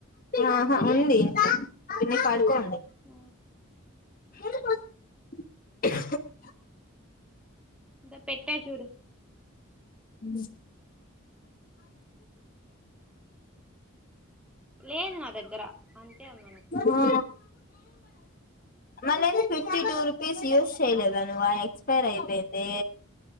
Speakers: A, on the left; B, in the centre.
A: ఆహా, ఉంది మేం పడుకోమ్
B: ఆ
A: హ
B: నెన్ పెట్టా చూడు.
A: హ్మ్
B: లేదు నా దగ్గర అంతే ఉంది.
A: ఆ మళ్ళీ ఏంది ఫిఫ్టీ టూ రూపీస్ యూస్చేయలేదా నువ్వు ఎక్స్పైర్ అయిపోయింది.